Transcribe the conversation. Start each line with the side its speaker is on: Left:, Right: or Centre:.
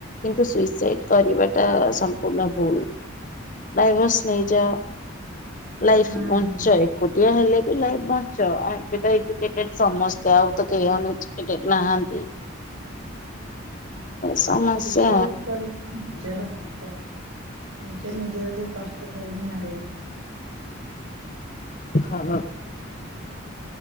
Left: କିନ୍ତୁ ସୁଇସାଇଡ କରିବାଟା ସମ୍ପୂର୍ଣ୍ଣ ଭୁଲ। ଡାଇଭର୍ସ ନେଇଯା ଲାଇଫ୍
Right: ହୁଁ
Left: ଵଞ୍ଚ ହେ ଏକୁଟିଆ ହେଲେ ବି ଲାଇଫ ବଞ୍ଚ, ଆଉ ଏବେ ତ ଏଜୁକେଟେଡ଼୍ ସମସ୍ତେ ଆଉ ତ କେହି ଅନ୍ ଏଜୁ କେଟେଡ୍ ନାହାନ୍ତି। ସମସ୍ୟା
Right: ସୁୁସାଇଡ୍ କରି ନିଜର ପାପ ନିଜେ ନିଜକୁ କଷ୍ଟ ଦେଇକି ମାରିବ।
Left: ହଁ।